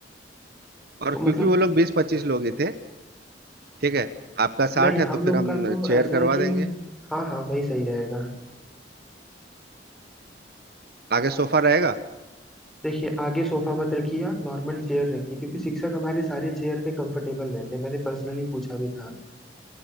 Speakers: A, on the right; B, in the centre.
A: और
B: तो मतलब
A: क्योंकि वो लोग बीस पच्चीस लोग ही थे ठीक है आपका साठ
B: नहीं
A: है
B: हम
A: तो
B: लोग
A: फिर हम
B: का तो
A: चेयर
B: ऐसा है
A: करवा
B: कि
A: देंगे
B: हाँ हाँ वही सही रहेगा
A: आगे सोफा रहेगा
B: देखिए आगे सोफा मत रखिए आप नॉर्मल चेयर रखिए क्योंकि शिक्षक हमारे सारे चेयर पे कंफर्टेबल रहते हैं मैंने पर्सनली पूछा भी था